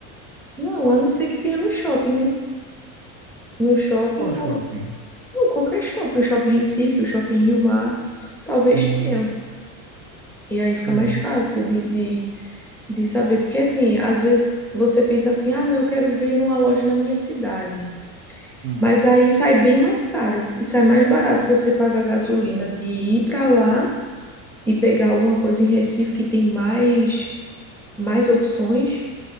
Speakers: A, in the centre; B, on the right.
A: Não, a não ser que tenha no shopping, né? No shopping,
B: Qual
A: talvez.
B: shopping?
A: Não, qualquer shopping, o shopping Recife, o shopping Rio Mar, talvez
B: Hum,
A: tenha. E aí
B: entendi.
A: fica mais fácil de, de, de saber. Porque assim, às vezes você pensa assim, ah, não, eu quero ver numa loja na minha cidade.
B: Hum,
A: Mas aí sai bem mais caro e sai mais barato você pagar gasolina de ir para lá e pegar alguma coisa em Recife que tem mais mais opções